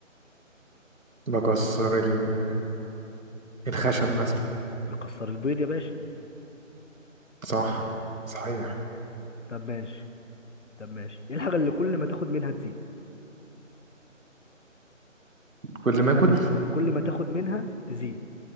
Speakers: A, on the right; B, on the left.
A: بكسر ال- الخشب مثلا
B: بتكسر البيض يا باشا
A: صح صحيح
B: طب ماشي طب ماشي ايه الحاجة اللي كل ما تاخد منها تزيد
A: كل ما اكل
B: كل ما تاخد منها تزيد